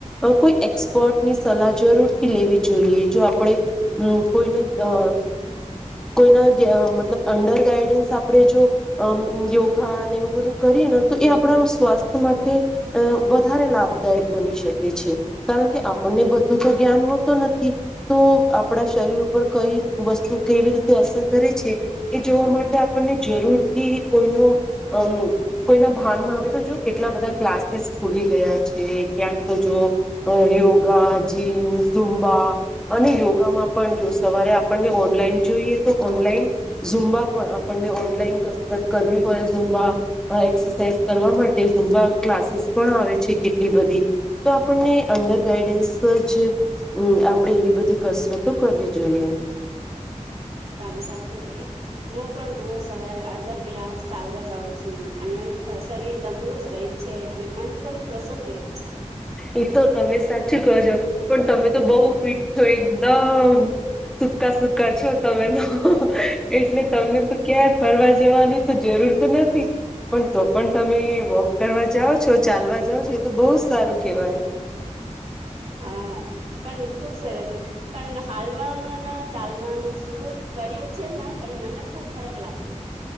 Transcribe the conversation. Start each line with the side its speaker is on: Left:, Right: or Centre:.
Centre: અ કોઈ એક્સપર્ટની સલાહ જરૂર થી લેવી જોઈએ. જો આપણે કોઈને અ કોઈના મતલબ અંડર ગાઈડન્સ આપણે જો યોગા એવું બધું કરીએ ને તો એ આપણા સ્વાસ્થ્ય માટે અ વધારે લાભદાયક બની શકે છે કારણ કે આપને બધું તો જ્ઞાન હોતો નથી. તો આપણા શરીર ઉપર કઈ વસ્તુ કેવી રીતે અસર કરે છે એ જોવા માટે આપણને જરૂરથી કોઈનો અ કોઈના ભાનમાં હવે તો જો કેટલા બધા ક્લાસીસ ખુલી ગયા છે, ક્યાંક તો જો યોગ ગા, જીમ, જુમ્બા અને યોગામાં પણ જો સવારે આપને ઓનલાઈન જોઈએ તો ઓનલાઈન ઝુંબા પણ આપણને ઓનલાઈન કસરત કરવી હોય ઝુંબા એક્સરસાઇઝ કરવા માટે ઝુંબા ક્લાસીસ પણ આવે છે કેટલી બધી તો આપણને અંદર ગાઈડન્સ જ આપણેે એવી બધી કસરતો કરવી જોઈએ.
Right: તમ સાચું ભાઈ હું પણ રોજ સવારે અડધા કલાક ચાલવા જાઉં છું અને શરીર તંદુરસ્ત રહેહી છે અને મન પણ પ્રસન્ન રહે છે.
Centre: એ તો તમે સાચું જો પણ તમે તો બઉ ફિટ છો એકદમ સુકા સુકા છો તમે તો. એટલે તમને તો ક્યાંય ફરવા જવાની તો જરૂર તો નથી પણ તો પણ તમે વોક કરવા જાઓ છો, ચાલવા જાઓ છો એ તો બહુ સારું કેવાય.
Right: હા પણ ખુબ સરસ છે. પણ હાલવામાં ના ચાલવાનું શરું કર્યું છે પણ મને ખુબ ફરક લાગ્યો.